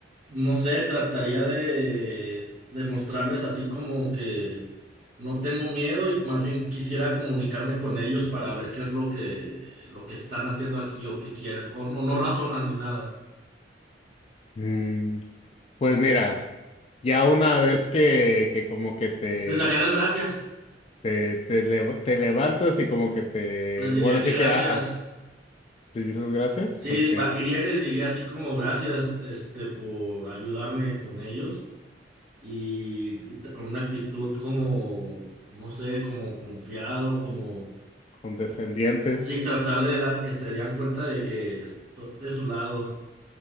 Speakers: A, on the right; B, on the left.
A: No sé, trataría de. de mostrarles así como que. No tengo miedo y más bien quisiera comunicarme con ellos para ver qué es lo que. lo que están haciendo aquí o qué quieren. O, o no razonan ni nada.
B: Mm, pues mira, ya una vez que, que como que te,
A: Les daría las gracias.
B: Te, te, lev- te levantas y como que te...
A: Les
B: Bueno,
A: diría que
B: sí
A: gracias.
B: que... Ah, ah, ¿les dices gracias?
A: Sí,
B: Ok,
A: va- iría y les diría así como gracias, este, por ayudarme con ellos y, y t- con una actitud como, no sé, como confiado, como,
B: condescendiente.
A: sí, tratar de dar, que se dieran cuenta de que estoy de su lado.